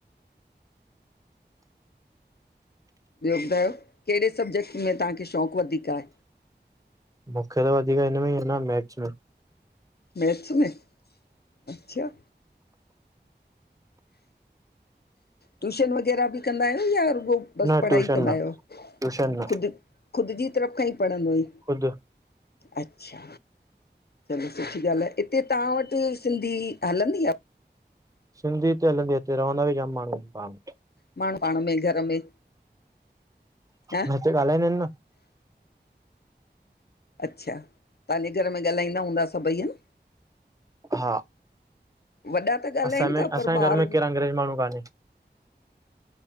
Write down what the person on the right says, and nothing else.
मूंखे त वधीक हिनु में ईं आ न, मैथ्स में।
न
ट्यूशन
न
ट्यूशन न
ख़ुदि
सिंधी हिते हलंदी आ, हिते रहंदा बि जाम माण्हूं आहिन पाण।
न हिते ॻाल्हाईंदां आहिन न‌।
हा
असां में
असांजे
घर में केरु अंग्रेज माण्हुं काने।